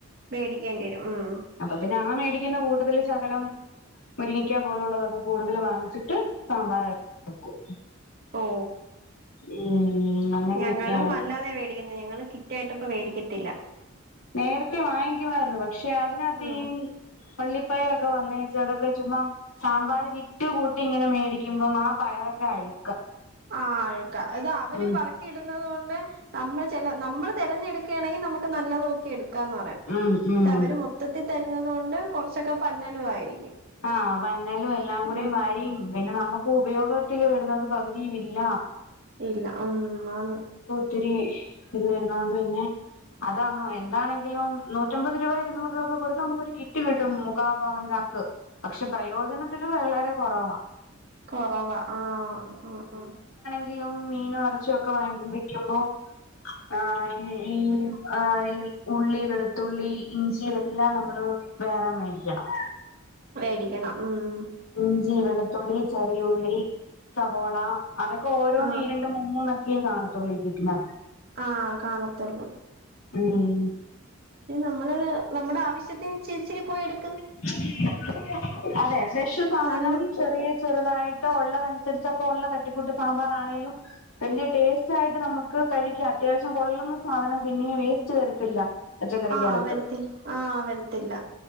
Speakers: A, on the right; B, on the left.
A: വേടി ക്കേണ്ടിവരും ഉം
B: അപ്പൊ പിന്നെ ആ മേടിക്കുന്ന കൂട്ടത്തിൽ ശകലം മുരിങ്ങിക്കാ പോലുള്ളതൊക്കെ കൂടുതൽ വാങ്ങിച്ചിട്ട് സാമ്പാറായി വെക്കും
A: ഓ
B: ഉം അങ്ങനെയൊക്കെയാണ്
A: ഞങ്ങളും അല്ലാതെയാ മേടിക്കുന്നെ ഞങ്ങള് കിറ്റായിട്ട് ഇപ്പവേടിക്കത്തില്ല
B: നേരത്തെ വാങ്ങിക്കുമായിരുന്നു പ പക്ഷെ അതിനകത്തെയും
A: ആഹ്
B: പള്ളിപ്പയറൊക്കെ വന്നേച്ച് അതൊക്കെ ചുമ്മാ സാമ്പാർ കിറ്റ് കൂട്ടി ഇങ്ങനെ മേടിക്കുമ്പം ആ പയറൊക്കെ അഴു
A: ആ അഴ്ക്കാ ഇത് അവര്
B: ഉം
A: പറക്കിയിടുന്നത് കൊണ്ട് നമ്മൾ ചില നമ്മൾ തെരഞ്ഞെടുക്കുകയാണെങ്കിൽ നമുക്ക് നല്ലത് നോക്കി എട് കണക്കാന്ന് പറയാം എന്നിട്ട്
B: ഉം ഉം
A: അവര് മൊത്തത്തി തരു ന്നതു കൊണ്ട് കുച്ചൊക്കെ പന്നലും ആയിരിക്കും
B: ആഹ പന്നലും എല്ലാം കൂടെയും
A: ഉം
B: വാരിയും പിന്നെ നമുക്ക് ഉപയോഗത്തിൽ വരുന്നത് പകുതിയും ഇല്ല.
A: ഇല്ല ഉം ആണ്
B: ഒത്തിരി ഇത് വരുന്നത് കൊണ്ട് പിന്നെ അതങ്ങ് എന്താണെങ്കിലും നൂറ്റമ്പത് രൂപ ഇരുന്നൂറ് രൂപ കൊടുത്ത് നമുക്കൊരു കിറ്റ് കിട്ടും മുക്കാഭാഗംചാക്ക്. പക്ഷെ പ്രയോജനത്തില് വളരെ കുറവാ.
A: കുറവാ ആ ആ ആ
B: എങ്കിലും, മീനും, ഇറച്ചിയൊക്കെ വാങ്ങിക്കുമ്പോ ആ ഈ ഈ ആ ഈ ഉള്ളി വെളുത്തുള്ളി ഇഞ്ചി എല്ലാം നമ്മള് വേറെ മേടിക്കണം.
A: മേടിക്കണം മം
B: മം ഇഞ്ചി വെളുത്തുള്ളി ചെറിയ ഉള്ളി സവോള അതൊക്കെ ഓരോന്ന്
A: ആഹ്
B: ഈരണ്ട് മൂമ്മൂന്ന്. യെകാണാത്തോള്ളൂ ഈ കിറ്റിനാത്ത്
A: ആ കാണത്തോള്ളൂ.
B: മം
A: ഞി നമ്മള് നമ്മടെ ആവശ്യത്തിന്ഇച്ചിരി ച്ചിരി പോയി എടു
B: <unintelligible> അതെ ഫ്രഷ് സാധനം
A: നല്ല
B: ചെറിയ ചെറുതായിട്ടോ ഉള്ളതനുസരിച്ചപ്പോഉള്ള തട്ടിക്കൂട്ട് സാമ്പാറാണേലും വല്ല്യ ടേസ്റ്റ്. ആയിട്ട് നമുക്ക് കഴിക്കാം അത്യാവശ്യം കൊള്ളുന്ന സാധനം പിന്നെ വേസ്റ്റ്. വരത്തില്ല. പച്ചക്കറിക്കകത്ത്
A: ആ ആ വരുത്തി ആ വരത്തില്ല